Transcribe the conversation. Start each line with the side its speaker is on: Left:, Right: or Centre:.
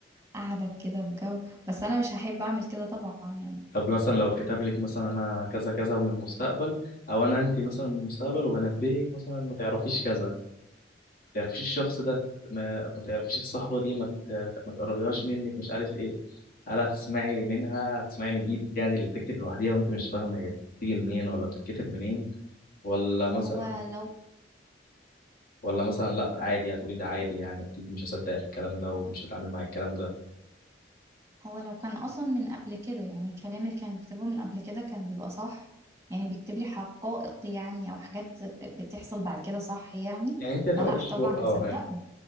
Right: قاعده كده في جو بس انا مش هحب اعمل كده طبعا يعني
Left: طب مثلا لو اتكتب لك مثلا أنا كذا كذا ومن المستقبل أو أنا أنت مثلا من المستقبل وبنبهك مثلا ما تعرفيش كذا تعرفيش الشخص ده ما, ما تعرفيش الصحبة دي ما, ت- ما تقربيهاش منك مش عارف ايه هل هتسمعي منها هتسمعي من ايدك يعني اللي بتكتب لوحديها وانت مش فاهمة هي بتيجي منين ولا بتتكتب منين ولا مثلا
Right: هو لو
Left: ولا مثلا لا عادي هتقولي ده عادي يعني اكيد مش هصدق الكلام ده ومش هتعامل مع الكلام ده
Right: هو لو كان اصلا من قبل كده يعني الكلام اللي كان بيكتبه من قبل كده كان بيبقى صح يعني بيكتب لي حقائق يعني او حاجات ب- بتحصل بعد كده صح يعني
Left: يعني انت هتقعدي
Right: فلا
Left: شوية
Right: طبعا
Left: اه
Right: هصدقه
Left: يعني